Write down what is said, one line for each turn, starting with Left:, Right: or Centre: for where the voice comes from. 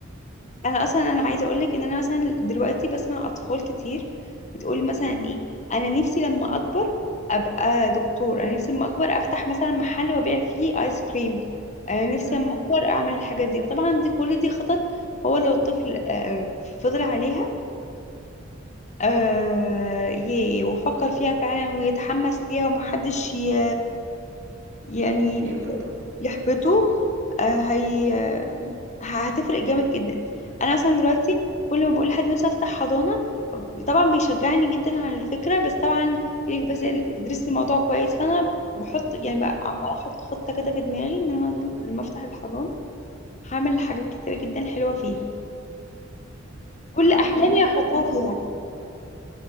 Left: انا اصلا انا عايزه اقول لك ان انا مثلا دلوقتي بسمع اطفال كتير بتقول مثلا
Right: امم
Left: ايه انا نفسي لما اكبر ابقى دكتور انا نفسي لما اكبر افتح مثلا محل وابيع فيه ايس كريم انا نفسي
Right: امم
Left: لما اكبر اعمل الحاجات دي طبعا دي كل دي خطط هو لو الطفل آه، فضل عليها آه ي- ويفكر فيها فعلا ويتحمس ليها ومحدش ي... يعني
Right: يحبطه
Left: يحبطه آه هي ه- هتفرق جامد جدا انا مثلا دلوقتي كل ما بقول لحد نفسي افتح حضانة طبعا بيشجعني جدا على الفكرة بس طبعا بيقولك بس ادرس الموضوع كويس فانا بحط يعني بقى
Right: امم
Left: عمالة احط خطة كده في دماغي ان انا لما افتح الحضانة هعمل حاجات كتيرة جدا حلوة فيها كل
Right: عارفة
Left: احلامي
Right: كمان أحلى
Left: هحطها
Right: حاجة
Left: فيها